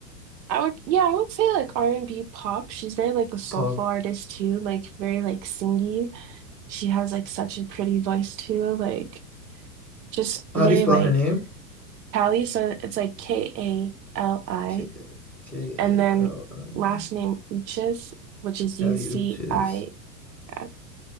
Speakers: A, on the right (about 80°); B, in the centre.
A: I would yeah, I would say like R and B pop. She's very like a soulful
B: pop?
A: artist too, like very like singy. She has like such a pretty voice too, like just
B: How
A: very
B: do you spell
A: like
B: her name?
A: Kali, so it's like K-A-L-I,
B: K K
A: and
B: A
A: then
B: L uh,
A: last name Uchis, which is
B: Kali
A: U-C-I-S.
B: Uchis.